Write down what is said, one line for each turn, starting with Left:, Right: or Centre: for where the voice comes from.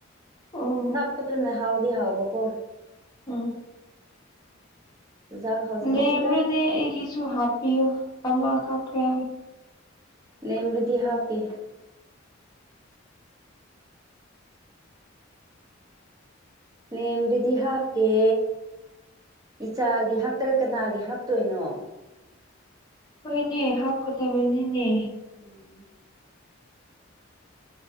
Left: ꯑꯣ
Right: ꯅꯄ ꯑꯗꯨꯅ ꯍꯥꯎꯗꯤ ꯍꯥꯎꯕꯀꯣ
Left: ꯑ
Right: ꯆꯨꯖꯥꯛ ꯍꯧꯖꯤꯛꯀꯥꯟ
Left: ꯂꯦꯝꯕ꯭ꯔꯗꯤ ꯑꯩꯒꯤꯁꯨ ꯍꯥꯞꯄꯤꯌꯨ ꯑꯃꯈꯛꯈ꯭ꯔꯦ
Right: ꯅꯦꯃꯗꯤ ꯍꯥꯞꯀꯦ ꯂꯦꯝꯗꯨꯗꯤ ꯍꯥꯞꯀꯦ ꯏꯆꯥꯒꯤ ꯍꯥꯞꯇꯔꯥ ꯀꯅꯥꯒꯤ ꯍꯥꯞꯇꯣꯏꯅꯣ
Left: ꯑꯩ ꯍꯣꯏꯅꯦ ꯍꯥꯞꯀꯗꯕꯅꯤꯅꯦ
Right: ꯑꯝ